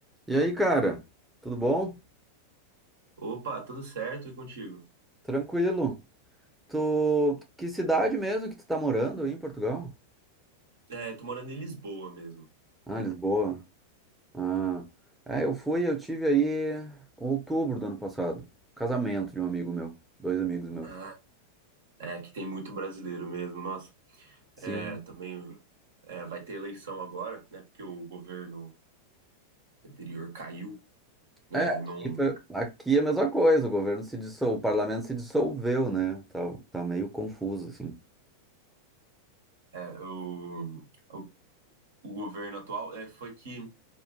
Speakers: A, in the centre; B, on the right.
A: E aí, cara? Tudo bom?
B: Opa, tudo certo e contigo?
A: Tranquilo? Tu... Que cidade mesmo que tu tá morando aí em Portugal?
B: É, tô morando em Lisboa mesmo.
A: Ah,
B: É,
A: Lisboa. Ah. É, eu fui, eu tive aí em outubro do ano passado. Casamento de um amigo meu. Dois amigos meus.
B: ah, é que tem muito brasileiro mesmo, nossa.
A: Sim.
B: É, também é, vai ter eleição agora, né? Porque o governo anterior caiu, né?
A: É, aqui
B: Não,
A: foi... aqui é a mesma coisa. O governo se dissol... o parlamento se dissolveu, né? Tá, tá meio confuso, assim.
B: é, o, o, o governo atual é, foi que